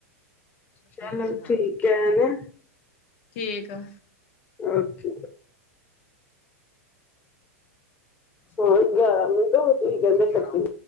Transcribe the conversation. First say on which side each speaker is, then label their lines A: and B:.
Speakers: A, on the left; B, on the left.
A: ਚਲੋ
B: ਅੱਛਾ
A: ਠੀਕ ਹੈ ਨਾ
B: ਠੀਕ ਆ
A: ਓਕੇ। ਹਾਂ, ਗਿਆਰਾਂ ਮਿੰਟ ਹੋ ਗਏ ਗੱਲ
B: ਗਿਆਰਾਂ
A: ਕਟੀ
B: ਹੋ